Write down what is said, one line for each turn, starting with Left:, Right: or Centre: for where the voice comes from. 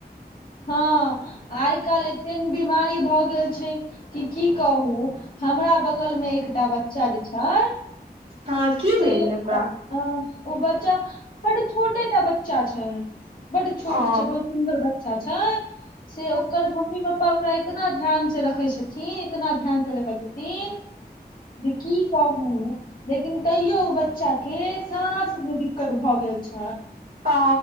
Left: हँ आइ कालि एते ने बिमारी भऽ गेल छै कि की कहू हमरा बगलमे एकटा बच्चा जे छै
Right: हँ की
Left: जे
Right: भेल ओकरा
Left: अ ओ बच्चा बड छोटेटा बच्चा छै बड छोट
Right: ओ
Left: छै बहुत सुन्दर बच्चा छै से ओकर मम्मी पापा ओकरा इतना ध्यान से रखै छथिन इतना ध्यान से रखै छथिन जे की कहू लेकिन तइयो ओ बच्चा के सास मे दिक त भऽ गेल छै
Right: अ